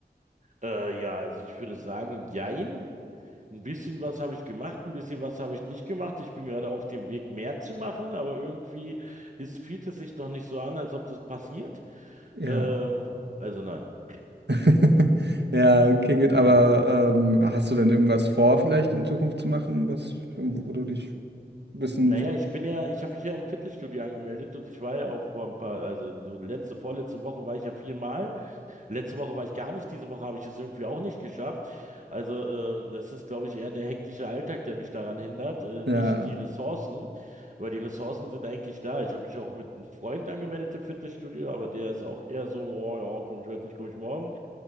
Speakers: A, on the right; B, on the right.
A: Äh, ja, also ich würde sagen, jein. Ein bisschen was habe ich gemacht, ein bisschen was habe ich nicht gemacht. Ich bin gerade auf dem Weg, mehr zu machen, aber irgendwie ist, fühlt es sich noch nicht so an, als ob das passiert.
B: Ja.
A: Ähm, also nein. <laughs>
B: <laughs> Ja, okay, gut,
A: Äh,
B: aber ähm, hast du denn irgendwas vor, vielleicht in Zukunft zu machen, was, wo du dich ein bisschen.
A: naja, ich bin ja, ich habe mich ja im Fitnessstudio angemeldet und ich war ja auch vor ein paar, also letzte, vorletzte Woche war ich ja viermal. Letzte Woche war ich gar nicht, diese Woche habe ich es irgendwie auch nicht geschafft. Also ähm, das ist, glaube ich, eher der hektische Alltag, der mich daran hindert, äh,
B: Ja,
A: nicht die Ressourcen, weil die Ressourcen sind eigentlich da. Ich habe mich auch mit einem Freund angemeldet im Fitnessstudio, aber der ist auch eher so, oh, ja, komm ich heute nicht, komm ich morgen.